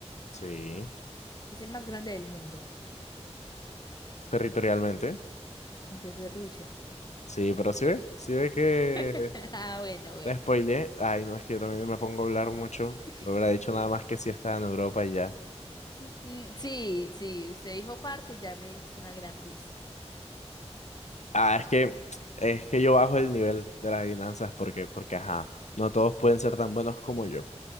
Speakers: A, on the left; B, on the left.
A: Sí.
B: es el más grande del mundo,
A: Territorialmente.
B: entonces es Rusia.
A: Sí, pero sí ve, sí ve que
B: <laughs> Ah, bueno, bueno.
A: la spoileé. Ay, no, es que yo también me pongo a hablar mucho.
B: <laughs>
A: No hubiera dicho nada más que si estaba en Europa y ya.
B: Mm, Sí, sí, usted dijo parte, ya me hice una gran pizza.
A: Ah, es que, es que yo bajo el nivel de las adivinanzas porque, porque, ajá, no todos pueden ser tan buenos como yo.